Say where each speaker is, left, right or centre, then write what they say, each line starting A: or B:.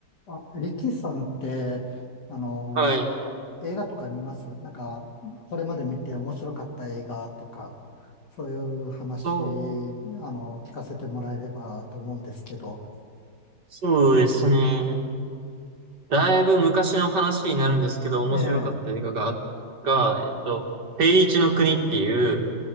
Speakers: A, on the left; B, on the right.
A: あ、リキさんって、あの
B: はい。
A: 映画とか見ますなんか、これまで見て面白かった映画とか、そういう話、
B: そう、
A: あの、聞かせてもらえればと思うんですけど。
B: そうですね。だいぶ昔の話になるんですけど、面白かった映画が、
A: ええ、
B: が、えっと、定位置の国っていう